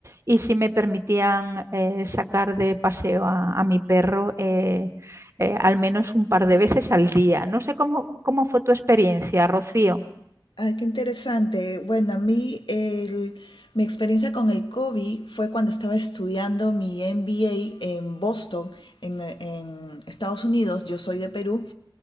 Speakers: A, on the right; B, on the left.
A: y si me permitían eh, sacar de paseo a, a mi perro, eh, eh, al menos un par de veces al día. No sé cómo, cómo fue tu experiencia, Rocío.
B: Ah qué interesante. Bueno, a mí el- mi experiencia con el COVID fue cuando estaba estudiando mi MBA en Boston, en, en Estados Unidos. Yo soy de Perú.